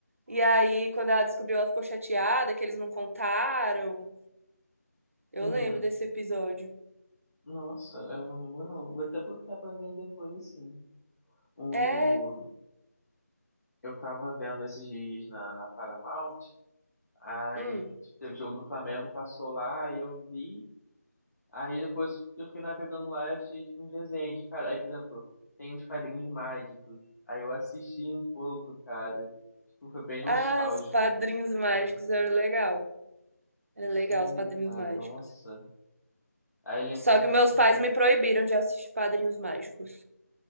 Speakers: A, on the right; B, on the left.
A: E aí, quando ela descobriu, ela ficou chateada que eles não contaram. Eu
B: Uhum.
A: lembro desse episódio.
B: Nossa, eu não lembro não. Vou até procurar pra ver depois, assim. O.
A: É.
B: Eu tava vendo esses dias na, na Paramount, aí
A: Hum.
B: que tipo, teve jogo do Flamengo, passou lá, aí eu vi. Aí depois eu fiquei navegando lá e achei tipo, uns desenhos. Cara, aí, por exemplo, tem uns padrinhos mágicos. Aí eu assisti um pouco, cara. Tipo, foi bem nostálgico
A: Ah, os padrinhos
B: também,
A: mágicos
B: sabe?
A: era legal. Era
B: Sim,
A: legal os padrinhos
B: claro,
A: mágicos.
B: nossa. Aí eu lembro
A: Só
B: com,
A: que meus
B: junto
A: pais
B: com.
A: me proibiram de assistir padrinhos mágicos.